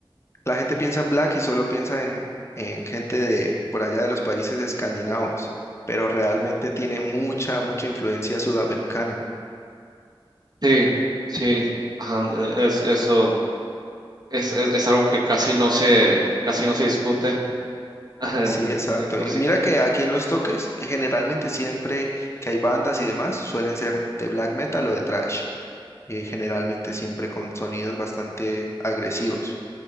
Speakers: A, on the left (about 30°); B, on the right (about 45°).
A: la gente piensa en Black y solo piensa en, en gente de por allá de los países escandinavos, pero realmente tiene mucha, mucha influencia sudamericana.
B: Sí, sí, ajá, e- es, eso es, es, es algo que casi no se, casi no se discute. <laughs>
A: Sí,
B: En,
A: exacto.
B: en- ahora
A: Y
B: sí
A: mira
B: que,
A: que aquí en Los Toques, eh, generalmente siempre que hay bandas y demás, suelen ser de black metal o de thrash, eh,
B: mm.
A: generalmente siempre con sonidos bastante agresivos.